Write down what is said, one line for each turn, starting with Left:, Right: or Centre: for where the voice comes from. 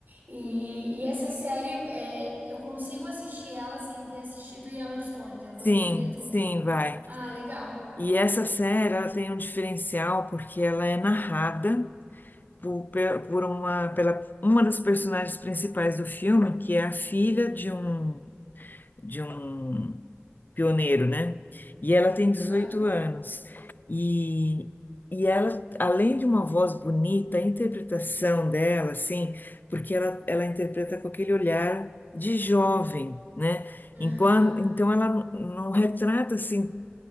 Right: E, e essa série, é, eu consigo assistir ela sem ter assistido Yellowstone, eu vou
Left: Sim,
Right: entender tudo.
Left: sim, vai.
Right: Ah, legal.
Left: E essa série, ela tem um diferencial porque ela é narrada por, pe- por uma, pela, uma das personagens principais do filme, que é a filha de um, de um pioneiro, né? E ela tem dezoito
Right: Aham,
Left: anos. E, e ela, além de uma voz bonita, a interpretação dela, assim, porque ela, ela interpreta com aquele olhar de jovem, né?
Right: aham.
Left: Enquanto, então ela não retrata, assim,